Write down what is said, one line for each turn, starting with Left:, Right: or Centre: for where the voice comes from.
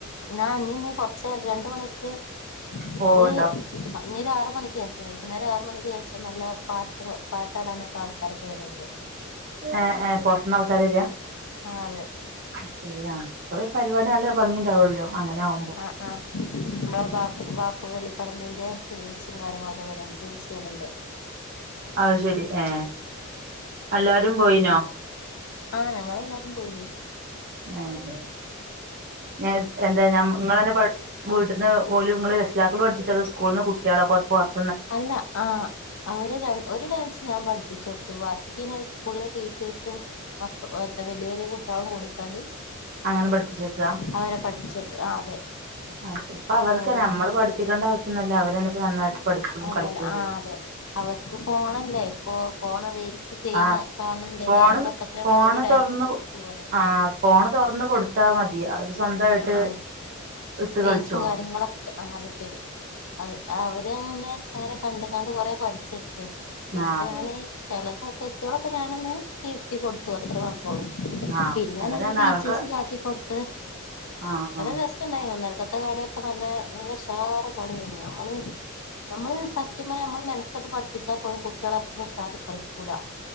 Left: ആഹ് ഇനിന്ന് കൊറച്ച് രണ്ട് മണിക്ക്
Right: പോവ്ണ്ടോ
Left: ഒരു ഞ്ഞൊരു ആറ് മണിക്ക് ശേഷം വൈകുന്നേരം ആറു മണിക്ക് ശേഷം നല്ല പാട്ട് പാട്ടാടാനൊക്കെ ആൾക്കാരൊക്കെ വര്ണ്ട്
Right: ഏ ഏ പൊർത്ത്ന്നാൾക്കാര് വെര
Left: ആഹ് അതെ
Right: അ ശരിയാ അപ്പൊ ഈ പരിപാടി നല്ല ഭംഗിണ്ടാവല്ലോ അങ്ങനെ ആവു
Left: ആഹ് ആഹ് നമ്മളെ ബാപ്പു ബാപ്പു വെള്ളിപ്പറമ്പിന്റെ ടീംസും കാര്യങ്ങളൊക്കെ വര ടീംസ് വരണ്ട്
Right: അത് ശരി ഏ എല്ലാരും പോയിനോ
Left: ആഹ് ഞങ്ങൾ എല്ലാരും പോയിനു
Right: ആഹ് എന്താ ഞാ നിങ്ങളന്നെ പ വീട്ട്ന്ന് ഓല് ങ്ങള് രക്ഷിതാക്കൾ പഠിപ്പിച്ചതാ സ്കൂളിന്ന് കുട്ടികളൊക്കെ <unintelligible>
Left: അല്ല ആഹ് അവര് ഒരു ഡാൻസ് ഞാൻ പഠിപ്പിച്ച് കൊടുത്തു ബാക്കി പിന്നെ സ്കൂളിലെ ടീച്ചേഴ്സും മക്ക വലിയ വലിയ കുട്ടികളും കൂടിക്കാണ്ട്
Right: അങ്ങനെ പഠിപ്പിച്ചക്കാ
Left: അവരെ പഠിച്ചെടുത്ത് ആഹ് അതെ
Right: ആത് ശെരി ഇപ്പ അവർക്ക്
Left: അവരെ പഠിപ്പിച്ചെടുത്ത്
Right: നമ്മള് പഠപ്പിക്കേണ്ട ആവശ്യംന്നുമല്ല അവര് തന്നെ ഇപ്പ നന്നായിട്ട് പഠിക്കുകയും
Left: ആല്ലല്ല
Right: കളിക്കുകയും
Left: ആ
Right: ചെയ്യും
Left: അതെ അവർക്ക് ഫോണല്ലേ ഇപ്പോ ഫോൺ റീൽസ് ചെയ്യണ
Right: ആ
Left: കാണണ്ടെങ്കിൽ
Right: ഫോണ്
Left: അതിന്റെ ഒപ്പത്തിന്
Right: ഫോണ്
Left: ഒപ്പോ ഓര് ഡാൻസ്
Right: തൊറന്ന്
Left: കളിച്ച് പോവാണ്
Right: ആ ഫോണ് തുറന്ന് കൊടുത്താ മതി അവര് സ്വന്തായിട്ട്
Left: ആ ആ
Right: ഇട്ട്
Left: റീൽസും
Right: കളിച്ചോളും
Left: കാര്യങ്ങളൊ ആഹ് അത് ശെരി അത് അവര് അങ്ങനെ അങ്ങനെ കണ്ട്ങ്ങാണ് കൊറെ പഠിച്ചെടുത്ത് പിന്നെപ്പോ
Right: ആഹ്
Left: ഞാൻ ചെല തെറ്റുകളൊക്കെ ഞാനൊന്ന് തിരുത്തി കൊടുത്തു അത്രമാത്രം
Right: ആഹ്
Left: പിന്നെയാണ്
Right: അതന്നെന്നെ
Left: അവര് ടീച്ചേഴസ്
Right: അവർക്ക്
Left: കാട്ടിക്കൊടുത്തത്
Right: ആഹ്
Left: വളരെ
Right: ആഹ്
Left: രസണ്ടായി ഇന്നലക്കത്തെ കളറയൊക്കെ നല്ല ഉഷാറ്കളിയായിരുന്നു നമ്മള് നമ്മള് സത്യം പറഞ്ഞ നമ്മള് മെനക്കെട്ട് പഠിപ്പിച്ചാൽ പോലും കുട്ടികള അത്ര ഉഷാറിൽ കളിക്കൂലാ